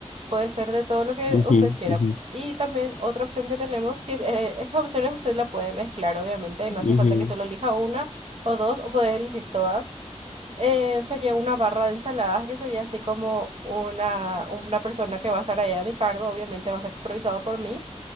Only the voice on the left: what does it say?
ujú,
ujú,
ujú,